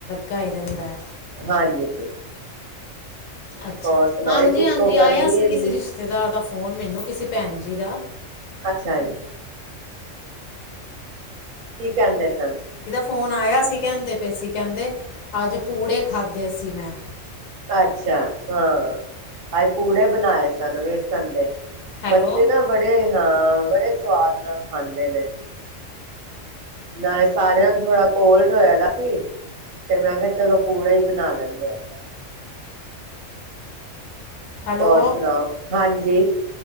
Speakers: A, on the left; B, on the right.
A: ਗਾਈ ਰਹਿੰਦਾ।
B: ਹਾਂਜੀ।
A: ਅੱਛਾ,
B: ਹੋਰ ਸੁਣਾਓ
A: ਹਾਂਜੀ-ਹਾਂਜੀ,
B: ਇੱਕ ਉੱਤੋਂ ਗਰਮੀ
A: ਆਇਆ ਸੀ
B: ਇੰਨੀ
A: ਕਿਸੇ ਰਿਸ਼ਤੇਦਾਰ ਦਾ ਫੋ ਫੋਨ ਮੈਨੂੰ ਕਿਸੇ ਭੈਣ ਜੀ ਦਾ।
B: ਅੱਛਾ ਜੀ। ਕੀ ਕਹਿੰਦੇ ਸਨ।
A: ਫ਼ੋਨ ਆਇਆ ਸੀ, ਕਹਿੰਦੇ ਪੇ ਸੀ ਕਹਿੰਦੇ ਅੱਜ ਪੂੜੇ ਖਾਧੇ ਸੀ ਮੈਂ।
B: ਅੱਛਾ, ਹਾਂ, ਅੱਜ ਪੂੜੇ ਬਣਾਏ ਸਨ ਵੇਸਨ ਦੇ।
A: ਹੈਲੋ
B: ਬੱਚੇ ਨਾ ਬੜੇ ਹਾਂ, ਬੜੇ ਸਵਾਦ ਨਾਲ ਖਾਂਦੇ ਨੇ। ਨਾਲੇ ਸਾਰਿਆਂ ਨੂੰ ਥੋੜਾ ਕੋਲਡ ਹੋਇਆ ਸੀ, ਤੇ ਮੈਂ ਕਿਹਾ ਚਲੋ ਪੂੜਾ ਹੀ ਬਣਾ ਲੈਂਦੇ ਆ।
A: ਹੈਲੋ
B: ਹੋਰ ਸੁਣਾਓ, ਹਾਂਜੀ। ਜੀ।